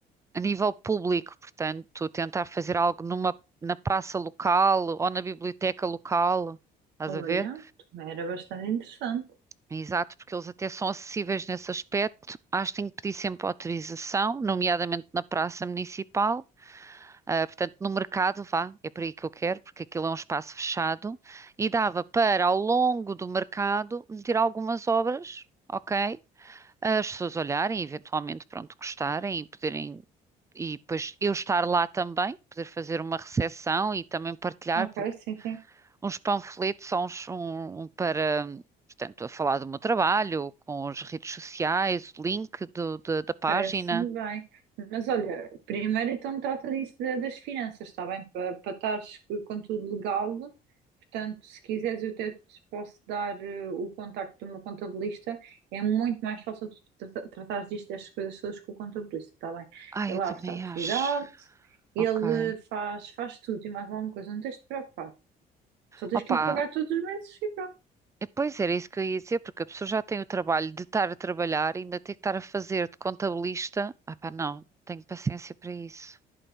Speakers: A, on the right (about 15°); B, on the right (about 85°).
A: a nível público, portanto, tentar fazer algo numa, na praça local ou na biblioteca local, estás
B: Olha,
A: a ver?
B: também era bastante interessante.
A: Exato, porque eles até são acessíveis nesse aspecto. Acho que tenho que pedir sempre autorização, nomeadamente na praça municipal. Ah, portanto, no mercado, vá, é para aí que eu quero, porque aquilo é um espaço fechado, e dava para, ao longo do mercado, meter algumas obras, ok? As pessoas olharem, eventualmente, pronto, gostarem e poderem, e depois eu estar lá também, poder fazer uma recepção e também partilhar,
B: Ok,
A: porque
B: sim, sim.
A: uns panfletos são uns, um, um para, portanto, a falar do meu trabalho, com as redes sociais, o link do- da da página.
B: Parece-me bem. Mas olha, primeiro então trata disso da- das finanças, está bem? Para para estares com tudo legal. Portanto, se quiseres, eu até te posso dar eh, o contacto do meu contabilista. É muito mais fácil tu trata- tratares disto, destas coisas todas com o contabilista, está bem?
A: Ai,
B: Ele
A: eu também
B: abre a atividade,
A: acho,
B: ele
A: ok.
B: faz, faz tudo e mais alguma coisa. Não tens de te preocupar. Só tens
A: Opa,
B: que lhe pagar todos os meses e pronto.
A: Eh, Pois era isso que eu ia dizer, porque a pessoa já tem o trabalho de estar a trabalhar, e ainda tem que estar a fazer de contabilista. Ah, pá, não, tenho paciência para isso.